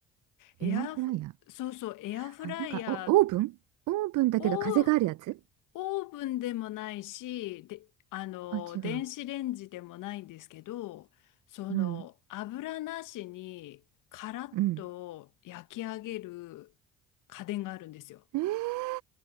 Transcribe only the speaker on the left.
エアフ、
そうそう、エアフライヤー
をオーブンでもないし、で、あの、
電子レンジでもないんですけど、その、
油なしにカラッと焼き上げる
家電があるんですよ。